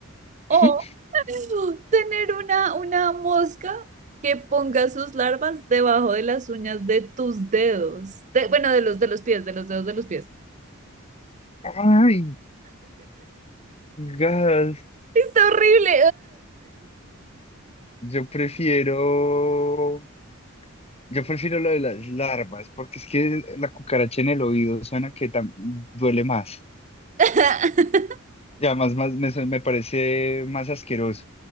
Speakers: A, on the right; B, on the left.
A: O
B: <laughs>
A: tener una, una mosca que ponga sus larvas debajo de las uñas de tus dedos. De- bueno, de los de los pies, de los dedos de los pies.
B: Ay, gas.
A: Está horrible.
B: Yo prefiero, yo prefiero lo de las larvas, porque es que la cucaracha en el oído suena que tam- duele más.
A: ugh. <laughs>
B: Y además más, me, su- me parece más asqueroso.